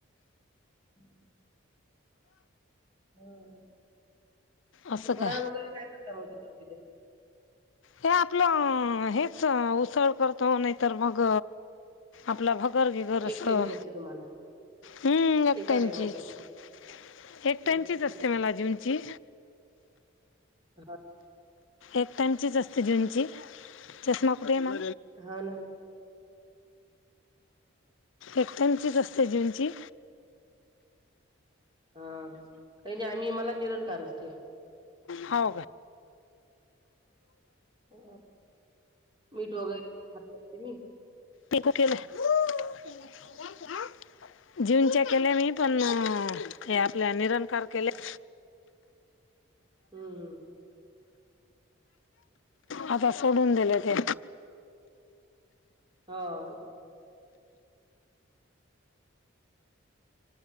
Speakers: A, on the right; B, on the left.
A: हम् ह
B: असं
A: भरण
B: काय
A: वगैरे काय करता मग त्या तर तिथ.
B: हे आपलं अं हेच उसळ करतो नाइतर मग आपला भक् गर्दी जरसं
A: एक टाइमची असते तुम्हाला
B: हम्म एकट्यांचीच
A: एका टाइमाची असते हम्म.
B: एक टाइमचीच असते मला जूनची.
A: <unintelligible>
B: एक टाइमचीच असते जूंची चष्मा कुठे म?
A: हा ना
B: एकटाइमचीच असते जूंची.
A: हां काईनाई आम्ही मला निरंकार असते.
B: हौ का?
A: ह मीठ वगैरे घालतात कीनी?
B: तेका केलं? <unintelligible> जूंच्या केल्या मी पण अ हे आपल्या निरंकार केल्या.
A: हम्म.
B: आता सोडून दिल्या ते.
A: हो.